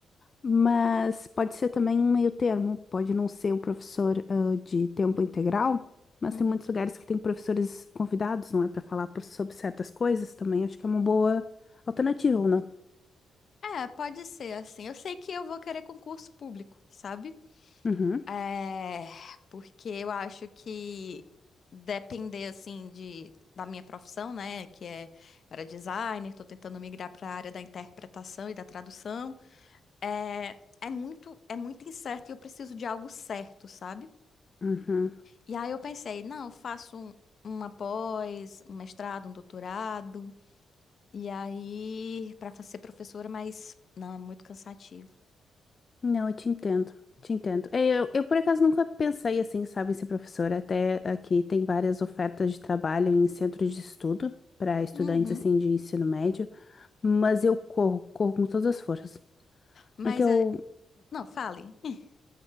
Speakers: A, on the left; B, on the left.
A: Mas pode ser também um meio termo, pode não ser o professor ah, de tempo integral, mas
B: Uhum.
A: tem muitos lugares que tem professores convidados, não é? Para falar por- sobre certas coisas também, acho que é uma boa alternativa, ou não?
B: É, pode ser assim. Eu sei que eu vou querer concurso público, sabe?
A: Uhum,
B: É, porque eu acho que depender assim de da minha profissão, né, que é era designer, tô tentando migrar para a área da interpretação e da tradução, é é muito é muito incerto e eu preciso de algo certo, sabe?
A: uhum.
B: E aí eu pensei, não, eu faço um, uma pós, um mestrado, um doutorado, e aí para ser professora, mas não, é muito cansativo.
A: Não, eu te entendo, te entendo. É, Eu, eu por acaso nunca pensei assim, sabe, em ser professora, até aqui tem várias ofertas de trabalho em centros de estudo para estudantes
B: Uhum.
A: assim de ensino médio, mas eu corro, corro com todas as forças.
B: Mas
A: É que eu.
B: é, não, fale. <laughs>